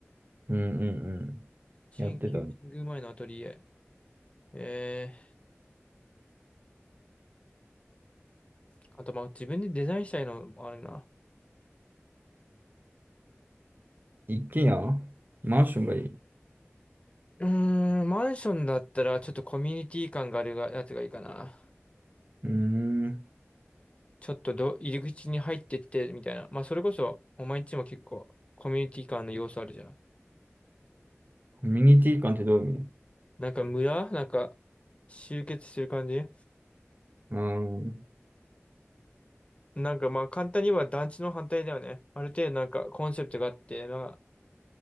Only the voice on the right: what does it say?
うんうんうん。
やってた。
一軒家マンションがいい。
うーん。
コミュニティ感ってどういう意味
うーん。